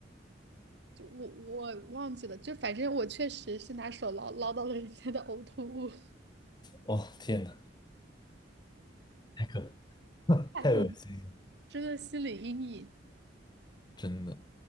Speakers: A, on the right; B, on the left.
A: 就我我忘记了，就反正我确实是拿手捞捞到了人家的呕吐物，<laughs>
B: 哦天呐，太可，<laughs>
A: 太恶了
B: 太恶心了
A: 真的心理阴影。
B: 真的